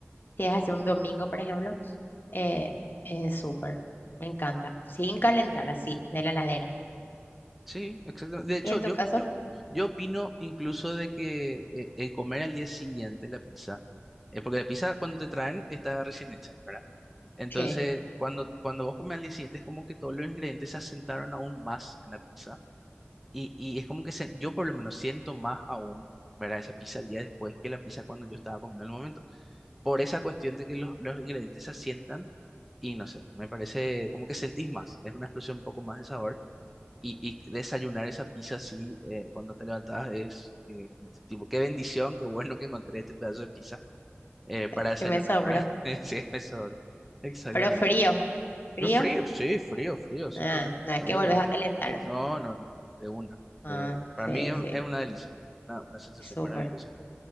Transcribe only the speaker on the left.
Si es así un domingo, por ejemplo, eh, es súper. Me encanta. Sin calentar, así, de la heladera.
¿Y en tu
caso?
¿Qué?
<laughs>
¿Qué me sobra?
Pero frío. ¿Frío?
Ah,
no,
es que volvés
a calentar.
Ah,
sí,
sí.
Súper.